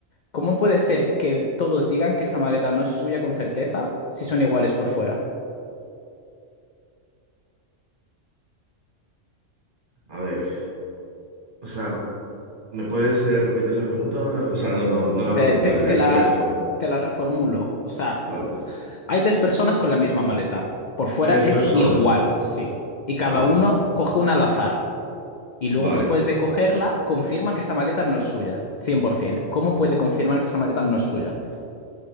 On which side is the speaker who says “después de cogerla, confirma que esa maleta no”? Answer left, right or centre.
Left